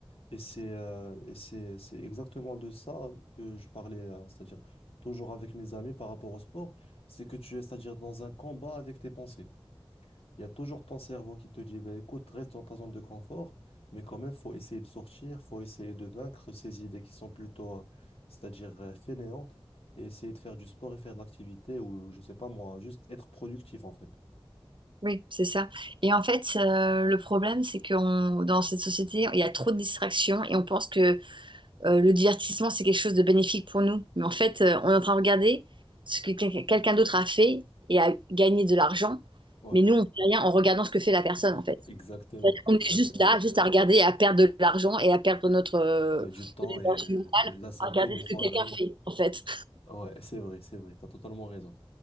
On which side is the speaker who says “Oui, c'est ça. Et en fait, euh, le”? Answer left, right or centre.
Right